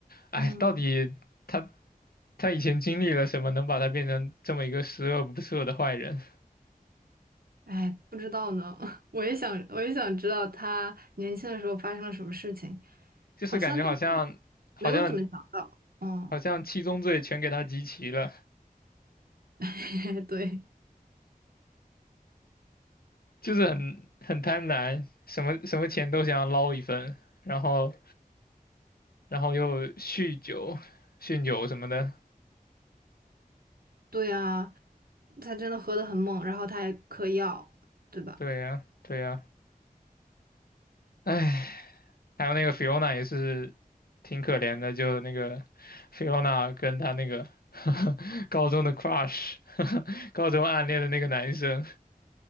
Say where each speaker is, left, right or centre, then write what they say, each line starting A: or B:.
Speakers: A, on the left; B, on the right.
A: 哎，
B: 嗯，
A: 到底他他以前经历了什么，能把他变成这么一个十恶不赦的坏人？
B: 哎，不知道呢，<laughs> 我也想，我也想知道他年轻的时候发生了什么事情，
A: 就是感觉好像好像
B: 好像就没有怎么讲到。嗯，
A: 好像七宗罪全给他集齐了，
B: <laughs> 对，
A: 就是很很贪婪，什么什么钱都想要捞一份，然后然后又酗酒、酗酒什么的。
B: 对啊，他真的喝得很猛，然后他还嗑药，对吧？
A: 对呀，对呀，哎，还有那个 Fiona 也是挺可怜的，就那个 Fiona 跟她那个 <laughs> 高中的 crush，<laughs> 高中暗恋的那个男生，